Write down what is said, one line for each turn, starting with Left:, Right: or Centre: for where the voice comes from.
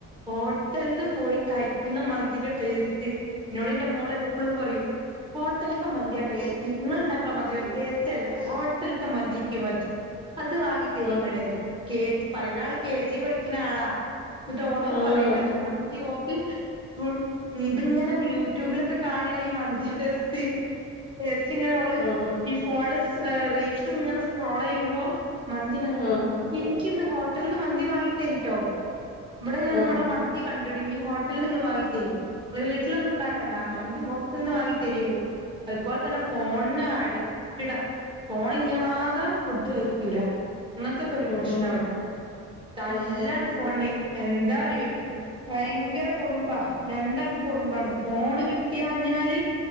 Right: ഹോട്ടൽന്ന് പോയി കഴിക്കുന്ന മന്തിന്റെ ടേസ്റ്റ്. ഇന്നോട് ഇന്റെ മോള് എപ്പോഴും പറയും. ഹോട്ടൽത്തെ മന്തിയാ ടെസ്റ്റ് നിങ്ങൾ ഉണ്ടാക്ക്ണ മന്തി ടെസ്റ്റ്ല്ല ഹോട്ടൽത്തെ മന്തി. മതി അത് വാങ്ങി തരി
Left: ഉം
Right: ഇങ്ങള് പറയുന്ന ആൾ കെ ജി പഠിക്കുന്ന ആളാ. എന്നിട്ട് ഓള
Left: ഉം
Right: പറയ്ണത് മന്തിഓക്ക് ഫുൾ ഇതിങ്ങനെ യൂട്യൂബിലൊക്കെ കാണല്ലേ ഈ മന്തി ടെസ്റ്റ്. ടെസ്റ്റ് ഇങ്ങനെ ഓള്
Left: ഉം
Right: ഈ ഫോണില് സ് റീൽസ് ഇങ്ങനെ സ്ക്രോൾ ചെയ്യുമ്പോ മന്തിഉണ്ടാക്ക്ണ്
Left: ഉം
Right: എനിക്കിന്ന് ഹോട്ടൽന്ന് മന്തി വാങ്ങി തരിട്ടോ ഇവിടെ ഞാൻ
Left: ഉം
Right: ഇവിടെ മന്തി കണ്ട്ണ് ഇനി ഹോട്ടൽന്ന് നിങ്ങള് വാങ്ങിത്തരി. വീട്ടിലൊന്നും ഉണ്ടാക്കൻണ്ട മന്തി ഹോട്ടൽന്ന് വാങ്ങി തരിന്ന് പറയും അതുപോലെ തന്നെ ഫോണിന് അഡിക്റ്റ്ടാ ഫോൺ ഇല്ലാതെ. ഫുഡ് കഴിക്കൂല്ലാ. അങ്ങനത്തെക്കെ ഒരു
Left: ഉം
Right: പ്രശ്ന ഇവിടെ തല്ലാണ്
Left: ഉം ഉം
Right: ഫോണിന്ന് എന്താ അറിയോ? ഭയങ്കര കുറുമ്പാ രണ്ടാക്കും കുറുമ്പാണ് ഫോണ് കിട്ടിയഞ്ഞാല്.